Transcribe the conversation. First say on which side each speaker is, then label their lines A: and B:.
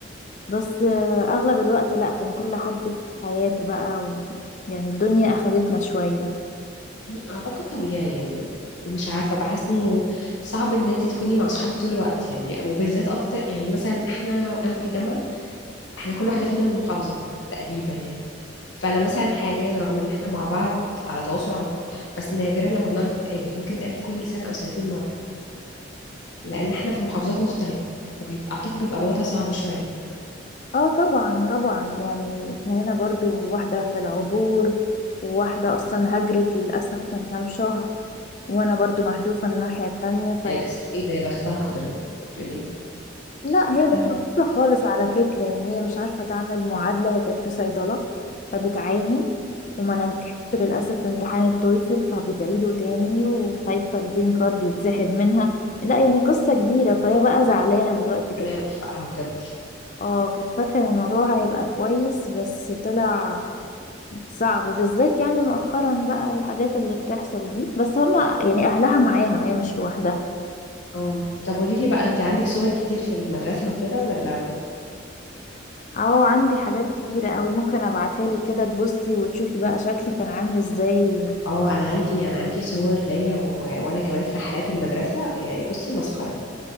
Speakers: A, on the left (about 40°); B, on the left (about 65°).
A: بس آه، اغلب الوقت لا كان كل حد في حياته بقى و... يعني الدنيا اخدتنا شويه
B: اعتقد طبيعي يعني مش عارفة بحس انه صعب ان انت تكوني مع صحابك طول الوقت يعني وبالذات اكتر يعني مثلا احنا انا في الجامعة احنا كل واحدة فينا من محافظة تقريبا يعني فانا مثلا حاليا رغم ان احنا مع بعض على تواصل على طول بس نادرا لما بنعرف نتقابل ممكن نتقابل كل سنة او سنتين مرة لان احنا في محافظات مختلفة فبيبقى اعتقد بيبقى الوضع صعب شوية
A: اه طبعا طبعا يعني احنا هنا برضو واحده في العبور وواحده اصلا هجرت للاسف من كام شهر وانا برضو محذوفه الناحيه التانية في
B: للاسف ايه ده يا بختها حضرتك انت بتقولي ايه
A: لا هي
B: بختها
A: مش
B: <laughs>
A: مبسوطة خالص على فكرة يعني هي مش عارفة تعمل معادلة هي كانت في صيدلة فبتعاني وما نجحتش للأسف في امتحان التويفل فبتعيده تاني وخايفة الجرين كارد يتسحب منها لا يعني قصة كبيرة فهي بقى زعلانة دلوقتي كانت
B: ربنا يوفقها بجد
A: اه كانت فاكرة ان الموضوع هيبقى كويس بس طلع صعب بالذات يعني مؤخرا بقى الحاجات اللي بتحصل دي بس هما يعني أهلها معاها هي مش لوحدها
B: اه طب قولي لي بقى انت عندك صور كتير في المدرسة وكده ولا
A: اه عندي حاجات كتيرة قوي ممكن ابعتها لك كده تبصي وتشوفي بقى شكلي كان عامل ازاي
B: اه انا عندي انا عندي صور ليا و... وانا كمان في رحلات المدرسة يعني بصي مسخرة